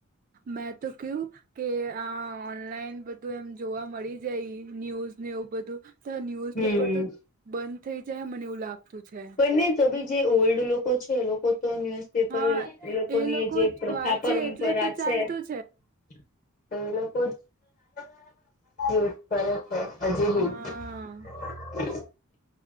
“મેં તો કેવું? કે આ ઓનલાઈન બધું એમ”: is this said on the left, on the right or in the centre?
Right